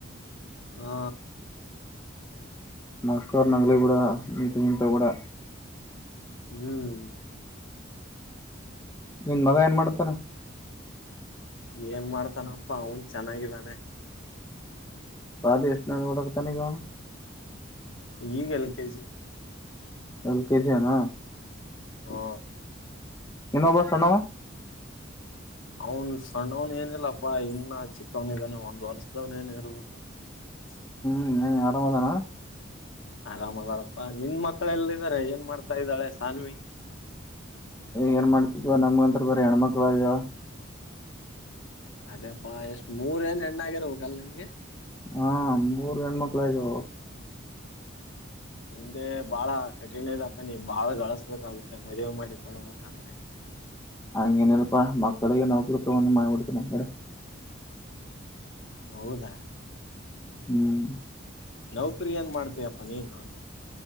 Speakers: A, on the left; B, on the left.
A: ಹಾ.
B: ನಕೊರ್ ನಗ್ಲಿ ಬೀಡಾ ನೀ ಟೆನ್ಷನ್ ತೋಗೋಬೇಡ.
A: ಹ್ಮ್.
B: ನಿನ್ ಮಗ ಎನ್ ಮಾಡ್ತಾನ.
A: ಏನ್ ಮಾಡ್ತಾನಪ್ಪ ಅವ್ನ್ ಚೆನ್ನಾಗಿದ್ದಾನೆ.
B: ಸಾಲಿ ಎಸ್ಟನೇದ್ ಒದಗತಾನೆ ಇವಗ್ ಆವ್.
A: ಈಗ್ L K G.
B: L K G ಅ ನ.
A: ಓ.
B: ಇನ್ನೊಬ್ಬ ಸಣ್ಣವ.
A: ಅವುನ್ ಸಣ್ಣೊವ್ನ ಏನಿಲ್ಲಪ್ಪಾ ಇನ್ನ ಚಿಕ್ಕವ್ನ ಇದಾನೆ ಒಂದ್ ವರ್ಷದವ್ನ ಏನ್ ಇರ್ಬೇಕು. ಸ್.
B: ಹ್ಮ ಆರಾಮದಾನ.
A: ಆರಾಮದನಪ್ಪ. ನಿನ್ ಮಕ್ಳ ಎಲ್ ಇದಾರೆ ಏನ್ ಮಾಡ್ತಾ ಇದ್ದಾಳೆ ಸಾನ್ವಿ.
B: ಏನ್ ಮಾಡ್ತಿಬೇ ನಮ್ಗಂತ್ರ ಬರೆ ಹೆಣ್ಮಕ್ಳ ಆಗ್ಯವ.
A: ಅದೇಪ್ಪಾ ಎಷ್ಟ್ ಮೂರ್ ಏನ್ ಹೆಣ್ಣ ಆಗಿರ್ಬೇಕಲ್ ನಿನ್ಗೆ.
B: ಹಾ ಮೂರ್ ಬರೆ ಹೆಣ್ಕಳ್ ಆಗ್ಯಾವೊ.
A: ಮುಂದೆ ಬಾಳ ಕಠಿಣ್ ಇದೆಪ್ಪ ನಿ ಭಾಳ್ ಗಳಿಸ್ಬೇಕಗು ಏನ್ ಮದುವೆ ಮಾಡಿ ಕೊಡ್ಬೇಕ್. ಅಂದ್ರೆ.
B: ಹಂಗ್ ಎನ್ ಇಲ್ಪಾ ಮಕ್ಳ್ ಕಡೆಗೆ ನೌಕ್ರಿತೋಗೊಂಡ ಮಾಡ್ಬಿಡ್ತೀನಿ ಹಂಗರೆ.
A: ಹೌದಾ
B: ಹ್ಮ್
A: ನೌಕರಿ ಏನ್ ಮಾಡ್ತೀಯಪ್ಪ ನೀನೂ.